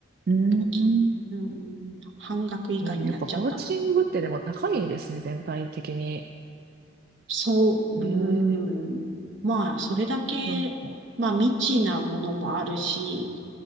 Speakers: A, on the right (about 50°); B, on the right (about 75°).
A: うんああでも結構しますねやっぱりうんうんうんうんうんうんうんうんうんうんうんうん
B: 2期。うん、半額以下になっちゃったので。
A: えーやっぱコーチングってでも高いですね、全体的に。
B: そう、うーん。
A: えー、
B: まあ、それだけ、
A: なんか、
B: まあ、未知なものもあるし、